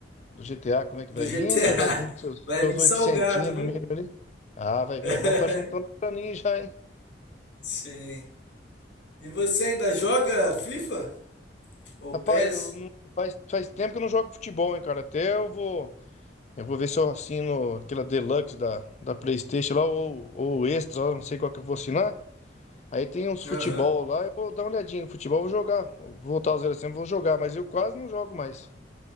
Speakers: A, on the left; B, on the left.
A: Do GTA, como é que vai
B: Do GTA.
A: vir, né? Vai vir com
B: <laughs>
A: seus,
B: Vai
A: seus
B: vir
A: oitocentinhos
B: salgado,
A: no
B: viu?
A: mínimo ali. Ah, vai vir,
B: <laughs>
A: é bom tá juntando pra mim já, hein?
B: Sim. E você ainda joga FIFA? Ou
A: Rapaz,
B: PES?
A: eu não, faz, faz tempo que eu não jogo futebol, hein, cara? Até eu vou. Eu vou ver se eu assino aquela Deluxe da, da PlayStation lá, ou, ou Extra, lá, não sei qual que eu vou assinar. Aí tem uns futebol
B: Aham.
A: lá, eu vou dar uma olhadinha no futebol, eu vou jogar. Vou Voltar aos 0 sempre, vou jogar, mas eu quase não jogo mais.